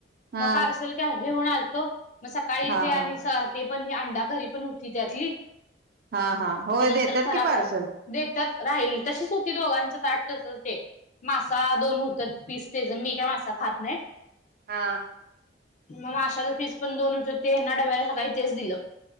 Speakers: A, on the right; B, on the left.
A: हा
B: मग पार्सल का घेऊन आल तो मग सकाळी
A: हा
B: ते
A: हा
B: आणि सहा ते पण ही अंडाकरी पण होती त्यातली
A: हा हा होय
B: ते नंतर
A: देत्यात
B: खराब
A: की पार्सल
B: देतात राहील तशीच होती दोघांच ताट ते मासा दोन होतेत पीस तेच मी काय मासा खात नाही
A: हा
B: मग माशाच पीस पण दोन होतं ते हयांना डब्यायला सकाळी तेच दिलं